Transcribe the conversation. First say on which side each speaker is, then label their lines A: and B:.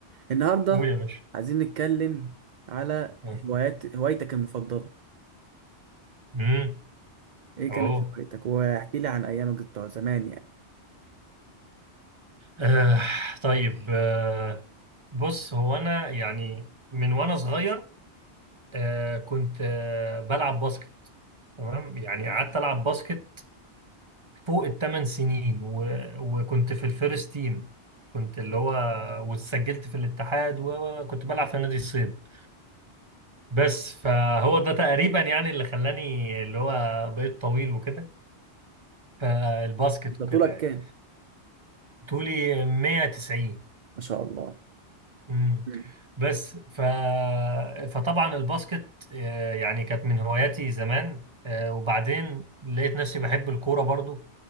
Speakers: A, on the right; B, on the right.
A: النهاردة
B: قول يا باشا
A: عايزين نتكلم على
B: اه
A: هوايات هوايتك المفضلة
B: امم
A: ايه كانت
B: اوه
A: هوايتك واحكي لي عن ايامك بتوع زمان يعني
B: آه. طيب آه. بص هو انا يعني من وانا صغير آه. كنت آه. بلعب باسكت تمام يعني قعدت العب باسكت فوق الثمان سنين و... وكنت في الفيرست تيم كنت اللي هو واتسجلت في الاتحاد وكنت بلعب في نادي الصيد بس فهو ده تقريبا يعني اللي خلاني اللي هو بقيت طويل وكده فالباسكت
A: انت
B: وكده
A: طولك
B: يعني
A: كام
B: طولي 190
A: ما شاء الله
B: امم
A: مم.
B: بس ف فطبعا الباسكت آه، يعني كانت من هواياتي زمان آه، وبعدين لقيت نفسي بحب الكورة برضو